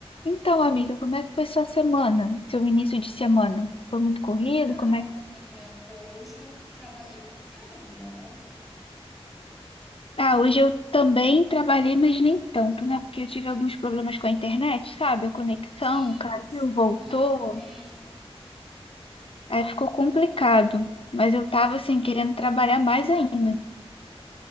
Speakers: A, on the left (about 60°); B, in the centre.
A: Então, amiga, como é que foi sua semana? Seu início de semana? Foi muito corrido?
B: Ai,
A: Como é que...
B: amiga, hoje eu trabalhei pra caramba, ó.
A: Ah, hoje eu também trabalhei, mas nem tanto, né? Porque eu tive alguns problemas com a internet, sabe? A conexão
B: Sim,
A: caiu, voltou.
B: comentou mesmo.
A: Aí ficou complicado. Mas eu tava, assim, querendo trabalhar mais ainda.